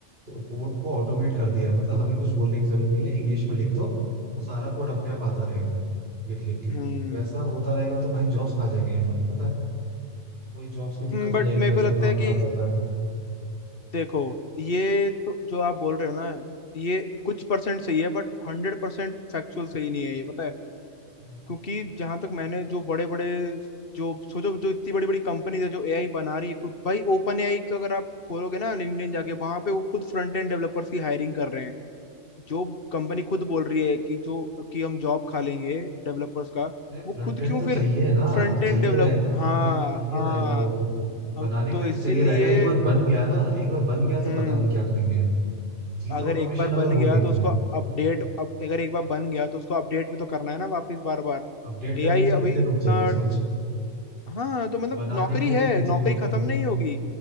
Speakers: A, on the right; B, on the left.
A: कोड को ऑटोमेट कर दिया है मतलब हमें कुछ बोलने की जरूरत नहीं है इंग्लिश में लिख दो वो सारा कोड अपने आप आता रहेगा लिख लिख के
B: हम्म
A: वैसा होता रहेगा तो भाई जॉब्स खा जाएंगे हमारी पता है वही जॉब्स की दिक्कत हो
B: बट
A: जाएगी
B: मेरे
A: वैसे
B: को लगता
A: ही दिमाग
B: है कि
A: खराब रहता
B: देखो ये तो जो आप बोल रहे हो ना ये कुछ परसेंट सही है बट हंड्रेड परसेंट फैक्चुअल सही नहीं है ये पता है
A: है
B: क्योंकि जहां तक मैंने जो बड़े बड़े जो सोचो जो इतनी बड़ी बड़ी कंपनीज है जो एआई बना रही है खुद भाई ओपन एआई का अगर आप खोलोगे ना लिंक्डइन जाके वहां पे वो खुद फ्रंट एंड डेवलपर्स की हायरिंग कर रहे हैं जो कंपनी खुद बोल रही है कि जो कि हम जॉब खा लेंगे डेवलपर्स का
A: अरे
B: वो
A: फ्रंट
B: खुद
A: एंड
B: क्यों
A: तो
B: फिर
A: चाहिए ना
B: फ्रंट एंड
A: चाहिए
B: डेवलप
A: रहेगा
B: हाँ
A: वो तो चाहिए
B: हाँ
A: रहेगा वो तो बनाने
B: हम तो
A: के लिए
B: इसीलिए
A: तो चाहिए रहेगा एक बार बन गया ना एक बार बन गया
B: हम्म
A: तो पता नहीं क्या करेंगे ये लोग चीजें
B: अगर
A: ऑटोमेशन
B: एक बार बन
A: अगर
B: गया
A: हो गई
B: तो उसको
A: तो
B: अपडेट अब अगर एक बार बन गया तो उसको अपडेट भी तो करना है ना वापस बार बार
A: अपडेट करने
B: एआई
A: के लिए कितने
B: अभी इतना
A: लोग चाहिए सोच
B: हाँ तो मतलब
A: बनाने
B: नौकरी
A: के लिए
B: है
A: कितने चाहिए
B: नौकरी
A: होते
B: खत्म
A: हैं
B: नहीं होगी